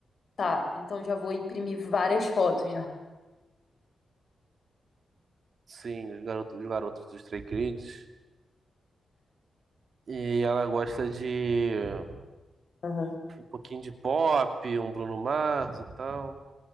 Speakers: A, on the left; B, on the right.
A: Tá, então já vou imprimir várias fotos já.
B: sim, os garotos, os garotos dos Stray Kids. E ela gosta de
A: Aham.
B: um pouquinho de pop, um Bruno Mars e tal.